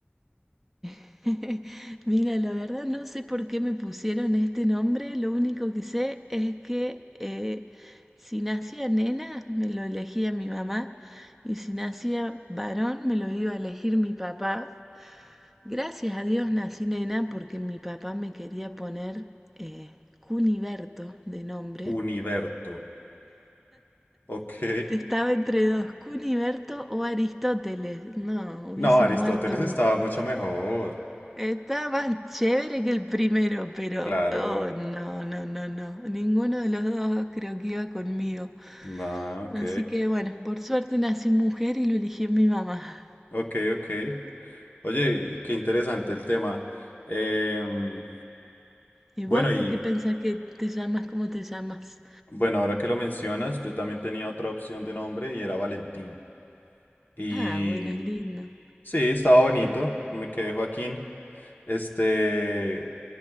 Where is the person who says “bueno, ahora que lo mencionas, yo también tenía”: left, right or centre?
Left